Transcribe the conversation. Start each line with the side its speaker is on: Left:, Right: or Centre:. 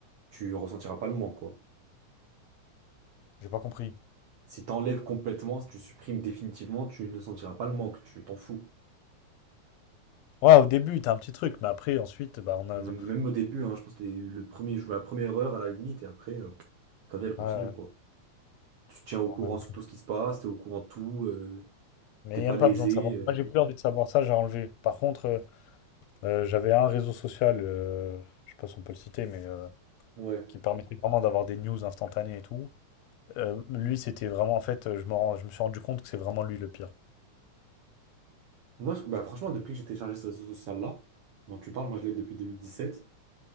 Right: tu ressentiras pas le manque, quoi.
Left: j'ai pas compris.
Right: Si tu enlèves complètement, si tu supprimes définitivement, tu ne sentiras pas le manque, tu t'en fous.
Left: Ouais, au début, t'as un petit truc, mais après, ensuite, bah, on a.
Right: M-
Left: Ouais,
Right: Même au début, hein, je pense que les- le premier, je joue à la première heure à la limite, et après, euh, ta vie, elle continue,
Left: ouais,
Right: quoi. Tu te tiens au
Left: on
Right: courant
Left: a aucune.
Right: sur tout ce qui se passe, t'es au courant de tout, euh,
Left: Mais
Right: t'es
Left: il n'y
Right: pas
Left: a même
Right: lésé.
Left: pas besoin de savoir.
Right: euh.
Left: Moi, j'ai plus envie de savoir ça, j'ai enlevé. Par contre, euh, euh, j'avais un réseau social, euh, je sais pas si on peut le citer, mais. euh,
Right: Ouais.
Left: qui permettait vraiment d'avoir des news instantanées et tout. Euh, lui, c'était vraiment, en fait, euh, je me rends- je me suis rendu compte que c'est vraiment lui le pire.
Right: Moi, je- bah, franchement, depuis que j'ai téléchargé ce réseau social-là, dont tu parles, moi je l'ai depuis deux mille dix sept